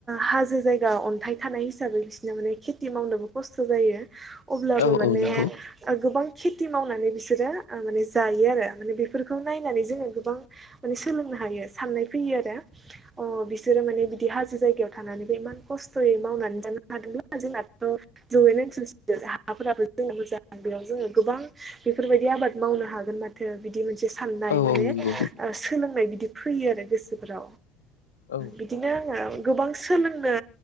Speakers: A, on the right; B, on the left.
A: हाजो जों जायगा अन्थाइ थानाय हिसाबै बिसोरना माने खेथि मावनोबो खस्थ' जायो अब्ला
B: औ
A: बो माने
B: औ नंगौ
A: ओ गोबां खेथि मावनानै बिसोरो ओ माने जायो आरो माने बेफोरखौ नायनानै जोङो गोबां माने सोलोंनो हायो साननाय फैयो आरो अह बिसोरो माने बिदि हाजो जायगायाव थानानैबो इमान खस्थ' यै मावनानै जानो हादोंब्ला जोंनाथ' जौयेन ओनसोलसो। हाफोराबो जोंना मोजां जोङो मोजां बेयाव जोङो गोबां बेफोरबायदि आबाद मावनो हागोन माथो बि दि मोनसे साननाय
B: औ
A: माने
B: औ नंगौ
A: ओ सोलोंनाय बिदि फैयो आरो गोसोफोराव।
B: औ
A: बिदिनो आङो गोबां सोलोंनो